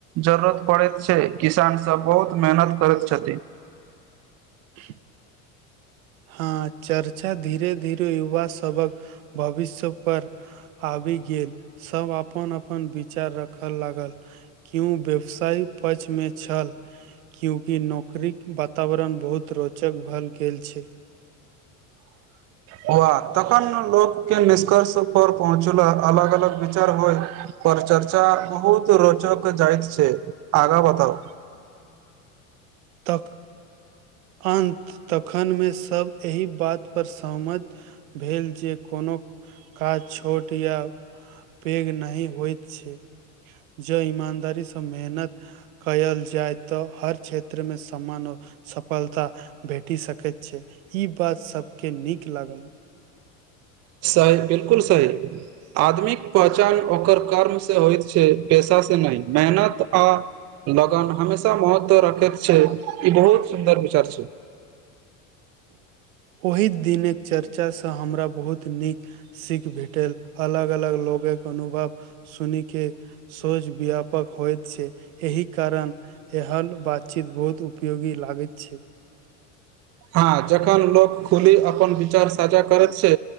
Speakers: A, on the right; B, on the right.
A: जरूरत पड़ेत छै किसान सब बहुत मेहनत करैत छथिन
B: <inaudible> हँ चर्चा धीरे धीरे युवा सबक भविष्य पर आबि गेल सब अपन अपन विचार रखय लागल क्यूं व्यवसाय पक्ष मे छल क्यूकि नौकरीक वातावरण बहुत रोचक भल गेल छै
A: होआ तखन लोक के निष्कर्ष पर पहुँचुला अलग अलग विचार होय पर चर्चा बहुत रोचक जाइत छै आगा बताउ
B: तक अन्त तखनमे सभ एहि बातपर सहमत भेल जे कोनो काज छोट या पैघ नहि होइत छै जँ ईमानदारीसँ मेहनत कयल जाय तऽ हर क्षेत्र मे समान सफलता भेटी सकैत छै ई बात सब के नीक लागल
A: सही बिल्कुल सही आदमीक पहचान ओकर कर्मसँ होइत छै पेशा नहि मेहनत आ लगन हमेशा महत्व रखैत छै ई बहुत सुन्दर विचार छै
B: ओहि दिनक चर्चासँ हमरा बहुत नीक सीख भेटल अलग अलग लोगक अनुभव सुनि के सोच व्यापक होइत छै एहि कारण एहल बातचीत बहुत उपयोगी ल भागैत छै
A: हां जखन लोक खुली अपन विचार साझा करत छै